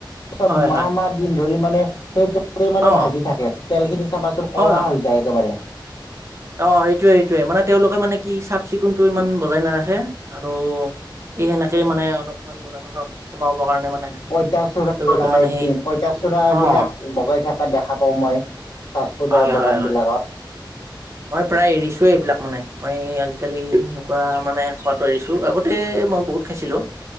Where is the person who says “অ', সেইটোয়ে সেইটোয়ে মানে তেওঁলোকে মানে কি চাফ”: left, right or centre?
Right